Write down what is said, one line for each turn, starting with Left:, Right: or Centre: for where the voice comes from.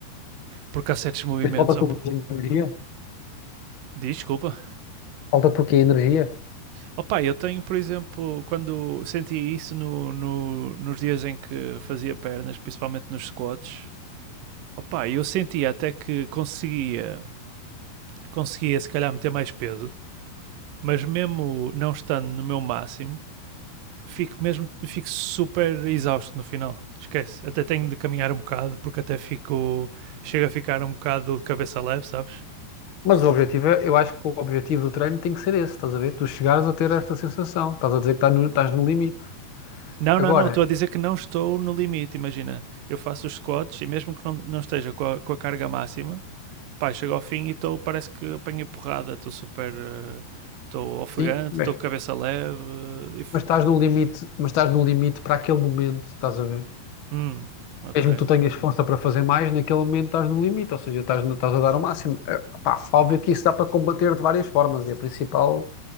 Right: porque há certos movimentos.
Left: Mas falta-te
Right: op-
Left: o quê? Energia?
Right: Desculpa.
Left: Falta-te o quê? Energia?
Right: Opa, eu tenho, por exemplo, quando senti isso no, no- nos dias em que fazia pernas, principalmente nos squats, opa, eu sentia até que conseguia, conseguia se calhar meter mais peso, mas mesmo não estando no meu máximo fico mesmo, fico super exausto no final. Esquece. Até tenho de caminhar um bocado porque até fico. Chego a ficar um bocado de cabeça leve, sabes?
Left: Mas o objetivo é, eu acho que o objetivo do treino tem que ser esse, estás a ver? Tu chegares a ter essa sensação, estás a dizer que estás no, estás
Right: Hum.
Left: no limite.
Right: Não,
Left: Agora,
Right: não, não. Estou a dizer que não estou no limite. Imagina, eu faço os squats e mesmo que não, não esteja com a, com a carga máxima, pá, chego ao fim e estou. Parece que apanhei porrada. Estou super. eh, Estou ofegante,
Left: sim, mas,
Right: estou com cabeça leve. eh, e f-
Left: mas estás no limite, mas estás no limite para aquele momento, estás a ver?
Right: Hum, ok.
Left: Mesmo que tu tenhas força para fazer mais, naquele momento estás no limite, ou seja, estás, no- estás a dar o máximo. É, Pá, óbvio que isso dá para combater de várias formas, e a principal